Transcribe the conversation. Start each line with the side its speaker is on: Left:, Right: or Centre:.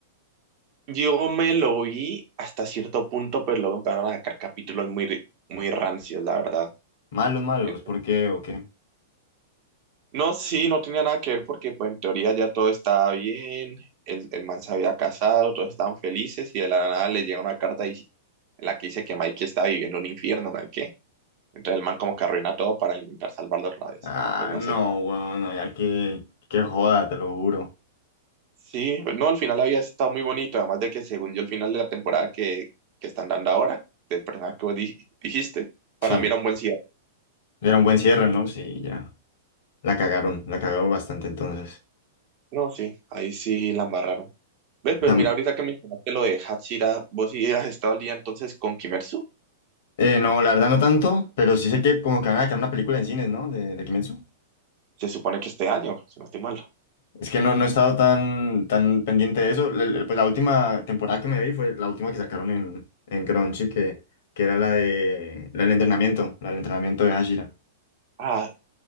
Right: yo me lo vi hasta cierto punto, pero luego empezaron a sacar capítulos muy, muy rancios, la verdad.
Left: Malos, malos,
Right: Entonces,
Left: ¿por qué o qué?
Right: No, sí, no tenía nada que ver porque pues en teoría ya todo estaba bien, el, el man se había casado, todos estaban felices y de la nada le llega una carta dic- en la que dice que Mikey está viviendo un infierno, ¿no? ¿Qué? Entonces el man como que arruina todo para intentar salvarlo otra vez.
Left: Ah,
Right: Pues no
Left: no,
Right: sé.
Left: weón, no, ya que, que joda, te lo juro.
Right: Sí, pues, no, al final había estado muy bonito, además de que según yo el final de la temporada que, que están dando ahora, del personaje que vos dij- dijiste, para
Left: Sí,
Right: mí era un buen cierre.
Left: era un buen cierre, ¿no? Sí, ya. La cagaron, la cagaron bastante entonces.
Right: No, sí, ahí sí la embarraron. Ve, pero
Left: Tam-
Right: mira ahorita que mencionaste lo de Hachira, vos sí has estado al día entonces con Kimetsu.
Left: eh, no, la verdad no tanto, pero sí sé que como que van a sacar una película en cines, ¿no? De, de Kimetsu.
Right: Se supone que este año, si no estoy mal.
Left: Es que no, no he estado tan, tan pendiente de eso. Le- le- Pues la última temporada que me vi fue la última que sacaron en, en Crunchy, que, que era la de, la del entrenamiento, la del entrenamiento de Hashira.
Right: Ah,